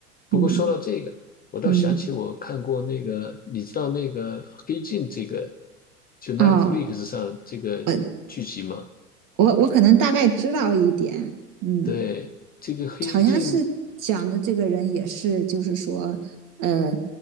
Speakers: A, on the left; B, on the right.
A: 不过说到这个，
B: 嗯
A: 我倒想起我看过那个，
B: 嗯
A: 你知道那个《黑镜》这个，就 Netflix
B: 哦，
A: 上这个剧集吗？
B: 我我我可能大概知道一点，嗯，
A: 对，这个《黑镜》
B: 好像是讲的这个人也是，就是说，呃，